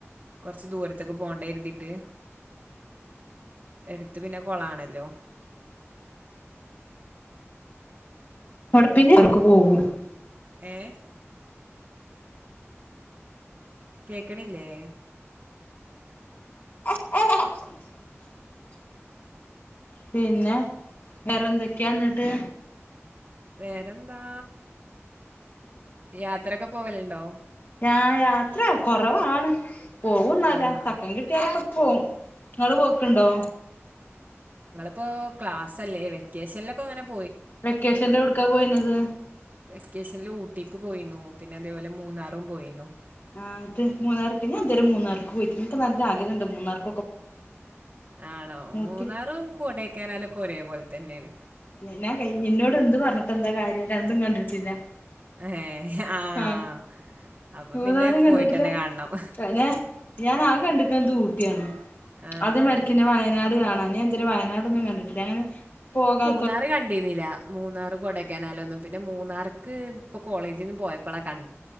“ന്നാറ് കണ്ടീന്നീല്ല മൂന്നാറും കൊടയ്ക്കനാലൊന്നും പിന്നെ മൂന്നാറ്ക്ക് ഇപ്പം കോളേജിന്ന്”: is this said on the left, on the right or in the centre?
Right